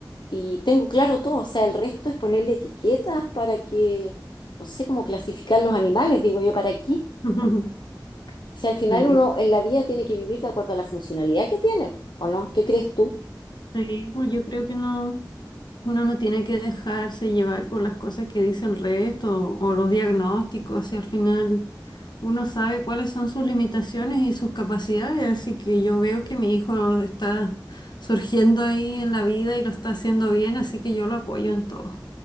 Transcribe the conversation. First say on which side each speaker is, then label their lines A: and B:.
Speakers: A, on the left (about 80°); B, on the left (about 70°).
A: y tengo claro todo, o sea, el resto es ponerle etiquetas para que, no sé, cómo clasificar los animales, digo yo, ¿para aquí
B: <laughs>
A: O sea, al final
B: Sí.
A: uno en la vida tiene que vivir de acuerdo a la funcionalidad que tiene, ¿o no? ¿Qué crees tú?
B: Sí, pues yo creo que no, uno no tiene que dejarse llevar por las cosas que dice el resto o los diagnósticos, si al final uno sabe cuáles son sus limitaciones y sus capacidades, así que yo veo que mi hijo está surgiendo ahí en la vida y lo está haciendo bien, así que yo lo apoyo en todo.